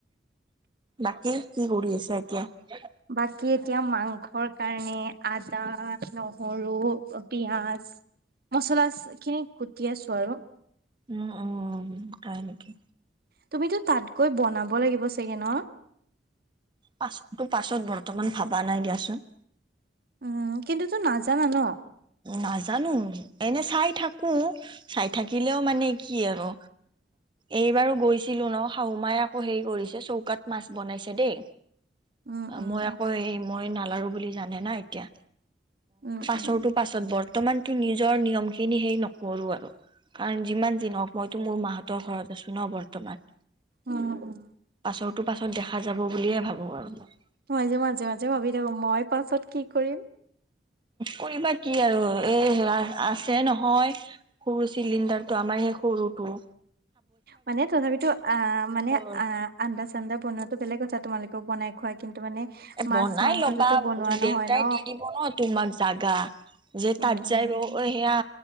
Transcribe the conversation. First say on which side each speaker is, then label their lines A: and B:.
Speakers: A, on the right; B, on the right.
A: বাকী কি কৰি আছা? এতিয়া,
B: বাকী এতিয়া মাংসৰ কাৰ মানে আদা, নহৰু, পিয়াজ, মচলা খিনি কুটি আছো আৰু
A: উম-উম তাই নেকি
B: তুমিতো তাতকৈ বনাব লাগিব চাগে ন
A: পাছততো পাছত বৰ্তমান ভবা নাই দিয়াচোন
B: উম, কিন্তু তো নাজানা ন
A: নাজানো এনে চাই থাকো চাই থাকিলেও মানে কি আৰু এইবাৰো গৈছিলো ন শাহু মাই আকৌ হেৰি কৰিছে চৌকাত মাছ বনাইছে দেই
B: উম উম
A: মই আকৌ এই মই নালাৰো বুলি জানে না এতিয়া
B: উম-উম
A: বছৰৰ পাছত বৰ্তমানতো নিজৰ নিয়ম খিনি সেই নক কৰো আৰু কাৰণ যিমান যিনহওক মইতো মোৰ মাহঁতৰ ঘৰত আছো ন বৰ বৰ্তমান
B: উম উম
A: পাছৰটো পাছত দেখা যাব বুলিয়ে ভাবো আৰু মই
B: মই যে মাজে মাজে ভাবি থাকো, মই পাছত কি কৰিম
A: কৰিবা কি আৰু এয়া আছে নহয় সৰু চিলিণ্ডাৰটো আমাৰ সেই সৰু ফটো
B: মানে তথাপিতো আ মানে
A: হয়
B: আ আ্ন্দা চান্দা বনোৱাতো বেলেগ কথা তোমালোকে টো বনাই খুৱাই কিন্তু মানে
A: এ
B: মাছ
A: বনাই
B: মাংসটোতো
A: ল'বা
B: বনোৱা নহয়
A: দেউতাই
B: ন
A: দি দিব ন তোমাক জাগা যে তাত
B: উম
A: যাই ব সেয়া